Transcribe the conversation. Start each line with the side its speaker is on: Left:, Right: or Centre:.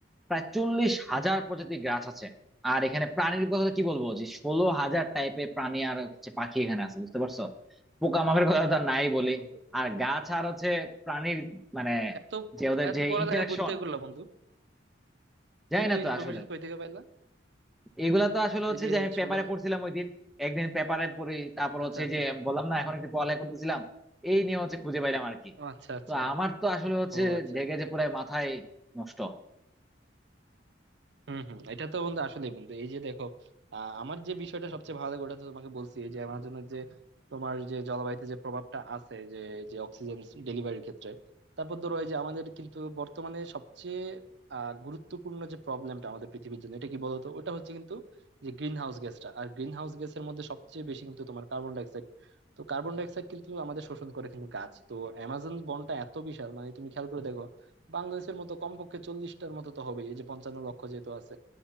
Centre: প্রায় চল্লিশ হাজার প্রজাতির গাছ আছে আর এখানে প্রাণীর কথা তো কি বলবো যে ষোলো হাজার টাইপের প্রাণী আর হচ্ছে পাখি এখানে আছে বুঝতে পারছো পোকামাকড়ের কথা তো আর নাই বলি
Right: হ্যাঁ বন্ধু
Centre: আর গাছ আর হচ্ছে প্রাণীর মানে
Right: এত
Centre: যে ওদের
Right: এত
Centre: যে
Right: পড়ালেখা
Centre: ইন্টারাকশন
Right: করতে করলা বন্ধু
Centre: জানি
Right: এত
Centre: না তো
Right: ইনফরমেশন
Centre: আসলে
Right: কই থেকে পাইলা
Centre: এগুলা তো আসলে হচ্ছে
Right: এই যে
Centre: যে আমি
Right: ছোলা
Centre: পেপারে পড়ছিলাম ওই দিন একদিন পেপারে পড়ি তারপর
Right: আচ্ছা
Centre: হচ্ছে
Right: আচ্ছা
Centre: যে বললাম না এখন একটু পড়ালেখা করতেছিলাম এই নিয়ে হচ্ছে খুঁজে পাইলাম আর কি
Right: ও আচ্ছা আচ্ছা
Centre: তো আমার তো আসলে হচ্ছে
Right: ও আচ্ছা
Centre: দেখে
Right: আচ্ছা
Centre: যে পুরো মাথায় নষ্ট
Right: হম হম এটা তো বন্ধু আসলেই বন্ধু এই যে দেখো আহ, আমার যে বিষয়টা সবচেয়ে ভালো লাগে ওটা তো তোমাকে বলছি এই যে আমার জন্য যে তোমার যে জলবায়ুতে যে প্রভাবটা আছে যে যে অক্সিজেন ডেলিভারির ক্ষেত্রে তারপর ধরো এই যে আমাদের কিন্তু বর্তমানে সবচেয়ে আহ গুরুত্বপূর্ণ যে প্রবলেমটা আমাদের পৃথিবীর জন্য এটা কি বলতো ওটা হচ্ছে কিন্তু যে গ্রিন হাউস গ্যাসটা আর গ্রিন হাউস গ্যাসের মধ্যে সবচেয়ে বেশি কিন্তু তোমার কার্বন ডাইঅক্সাইড তো কার্বন ডাইঅক্সাইড কিন্তু আমাদের শোষণ করে কিন্তু গাছ তো অ্যামাজন বনটা এত বিশাল মানে তুমি খেয়াল করে দেখো বাংলাদেশের মতো কমপক্ষে চল্লিশটার মতো তো হবে এই যে পঞ্চান্ন লক্ষ যেহেতু আছে